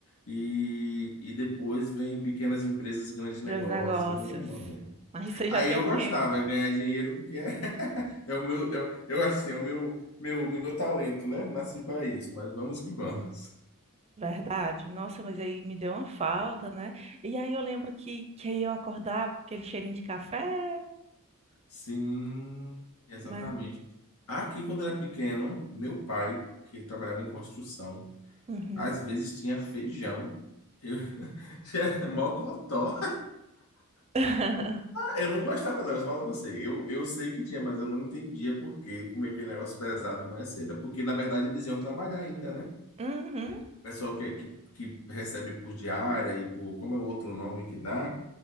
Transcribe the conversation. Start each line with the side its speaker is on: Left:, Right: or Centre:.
Left: E, e depois vem pequenas empresas, grandes
Right: dos
Left: negócios,
Right: negócios.
Left: tem toda uma ordem.
Right: Mas isso Aí
Left: Aí
Right: você já tem
Left: eu
Right: um
Left: gostava
Right: tempo,
Left: de ganhar dinheiro porque é, <laughs> é o meu, eu, eu assim, é o meu, meu, meu talento, né? Nasci para isso, mas vamos que vamos.
Right: verdade? Nossa, mas aí me deu uma falta, né? E aí eu lembro que, que aí eu acordava com aquele cheirinho de café,
Left: Sim, exatamente.
Right: mas.
Left: Aqui, quando era pequeno, meu pai, que ele trabalhava em construção,
Right: Uhum.
Left: às vezes tinha feijão, eu <laughs> tinha mocotó
Right: <laughs>
Left: Eu não gostava, não, eu falo pra você. Eu, eu sei que tinha, mas eu não entendia por que como é que é negócio pesado de manhã cedo. É Porque, na verdade, eles iam trabalhar ainda, né? O
Right: Uhum.
Left: pessoal que, que, que recebe por diária e por, como é o outro nome que dá,